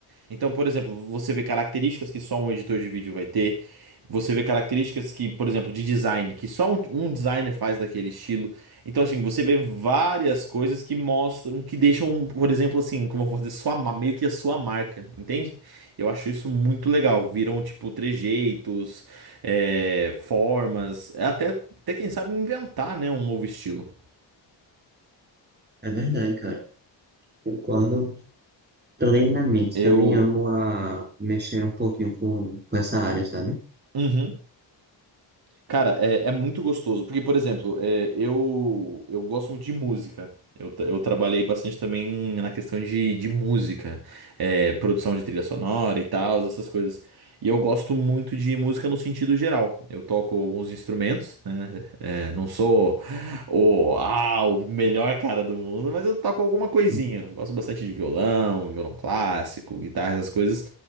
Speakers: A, on the right; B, on the right.
A: Então, por exemplo, você vê características que só um editor de vídeo vai ter. Você vê características que, por exemplo, de design, que só um, um designer faz daquele estilo. Então, assim, você vê várias coisas que mostram, que deixam, por exemplo, assim, como eu vou dizer, sua, ma- meio que a sua marca, entende? Eu acho isso muito legal. Viram, tipo, trejeitos, é, formas, até, até quem sabe inventar, né, um novo estilo.
B: É verdade, cara. Concordo plenamente.
A: Eu
B: Também amo a mexer um pouquinho com, com essa área, sabe?
A: Uhum. Cara, é, é muito gostoso. Porque, por exemplo, é, eu, eu gosto muito de música. Eu, tra- eu trabalhei bastante também na questão de, de música, é, produção de trilha sonora e tal, essas coisas. E eu gosto muito de música no sentido geral. Eu toco alguns instrumentos, né? É, não sou o, ah, o melhor cara do mundo, mas eu toco alguma coisinha.
B: Uhum.
A: Eu gosto bastante de violão, violão clássico, guitarra, essas coisas.